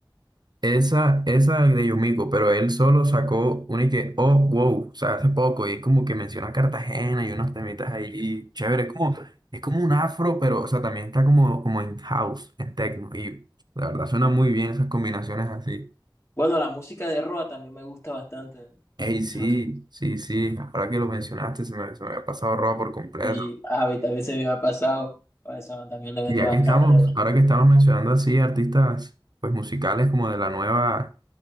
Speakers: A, on the right; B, on the left.
A: Esa, esa de Yumiko, pero él solo sacó una y que, oh, wow, o sea, hace poco, y como que menciona a Cartagena y unos temitas ahí, chévere, es como, es como un afro, pero, o sea, también está como, como en house, en techno, y la verdad suena muy bien esas combinaciones así.
B: Bueno, la música de Roa también me gusta bastante.
A: Ey, sí,
B: No sé
A: sí, sí, ahora que lo mencionaste, se me, se me había pasado roba por completo.
B: si a mí también se me ha pasado. A esa también le mete
A: Y ya
B: bastante.
A: que estamos, ahora que estamos mencionando así artistas, pues musicales como de la nueva